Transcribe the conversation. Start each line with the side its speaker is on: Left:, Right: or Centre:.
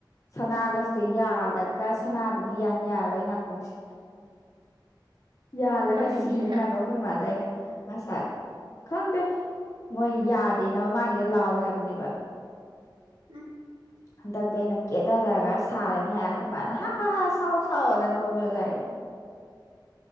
Left: ꯁꯅꯥꯒꯁꯦ ꯌꯥꯜꯂꯒ ꯁꯅꯥꯕꯨꯗꯤ ꯌꯥꯟ ꯌꯥꯔꯣꯏ ꯅꯥꯀꯣꯡꯁꯦ ꯌꯥꯜꯂꯒ
Right: ꯀꯩꯒꯤ
Left: ꯁꯤꯅꯤ ꯍꯥꯏꯕ ꯑꯩꯈꯣꯏ ꯏꯃꯥꯗ ꯑꯩꯅ ꯉꯁꯥꯏ ꯈꯪꯗꯦ ꯃꯣꯏ ꯌꯥꯗꯦꯅ ꯃꯃꯥꯡꯒꯤꯗ ꯂꯥꯎꯋꯦ ꯍꯥꯏꯕꯅꯦꯕ
Right: ꯑ
Left: ꯍꯟꯗꯛꯇꯤ ꯑꯩꯅ ꯀꯦꯊꯔꯒ ꯁꯥꯔꯅꯤ ꯍꯥꯏꯔ ꯑꯩꯈꯣꯏ
Right: ꯍꯥꯏꯁꯤꯕꯣ
Left: ꯏ ꯃꯥꯜꯅ ꯍꯥ ꯍꯥ ꯍꯥꯥꯎ ꯆꯋꯅꯦ ꯅꯕꯤꯖꯥꯏ